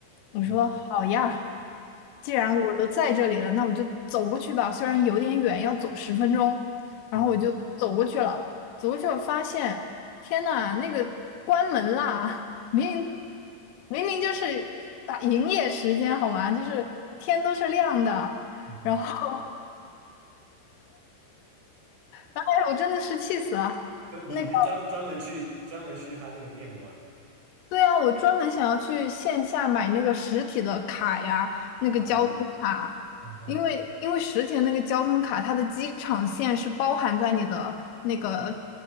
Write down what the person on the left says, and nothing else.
我说好呀，
既然我都在这里了，那我就走过去吧。虽然有点远，要走十分钟，然后我就走过去了。
走过去我发现，天呐，那个关门啦！明明明就是打营业时间好吗？就是天都是亮的，
然后。哎呀，我真的是气死了。
那个，对啊，我专门想要去线下买那个实体的卡呀，那个交通卡，
因为因为实体的那个交通卡，它的机场线是包含在你的那个